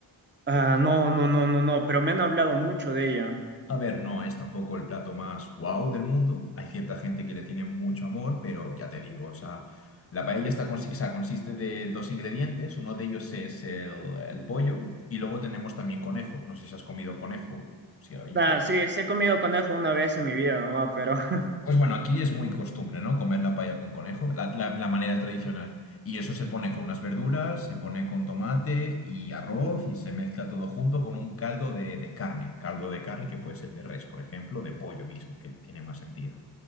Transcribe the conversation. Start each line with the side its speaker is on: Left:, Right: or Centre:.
Right: Ah, no, no, no, no, no, pero me han hablado mucho de ella.
Left: A ver, no es tampoco el plato más guau del mundo. Hay cierta gente que le tiene mucho amor, pero ya te digo, o sea, la paella está consi- o sea, consiste de dos ingredientes. Uno de ellos es el, el pollo y luego tenemos también conejo. No sé si has comido conejo, si hay
Right: Ah, sí, sí he comido conejo una vez en mi vida nomás, pero <laughs>
Left: Pues bueno, aquí es muy costumbre, ¿no? Comer la paella con conejo, la, la- la manera tradicional. Y eso se pone con unas verduras, se pone con tomate y arroz y se mezcla todo junto con un caldo de, de carne. Caldo de carne que puede ser de res, por ejemplo, de pollo mismo, que tiene más sentido.